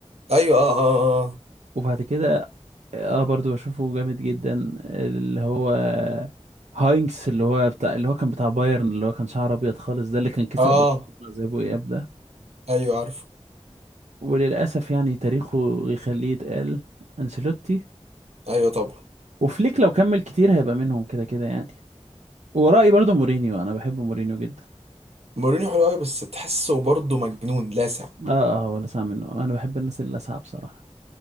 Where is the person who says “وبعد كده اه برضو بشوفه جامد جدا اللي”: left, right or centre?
Right